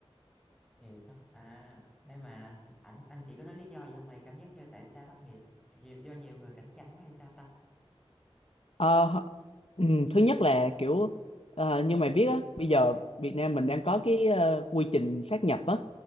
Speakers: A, in the centre; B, on the left (about 70°).
A: nghiệp á à thế mà anh anh chỉ có nói lý do gì không mày cảm giác như tại sao thất nghiệp nhiều do nhiều người cạnh tranh quá hay sao ta
B: Ờ, ừ, thứ nhất là kiểu ờ, như mày biết á, bây giờ Việt Nam mình đang có cái ờ, quy trình sát nhập á,